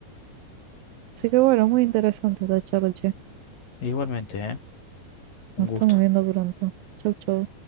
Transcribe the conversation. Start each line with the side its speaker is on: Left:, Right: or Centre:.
Right: Así que bueno, muy interesante esta charla, che.
Left: Igualmente, ¿eh? Un
Right: Nos
Left: gusto.
Right: estamos viendo pronto. Chau, chau.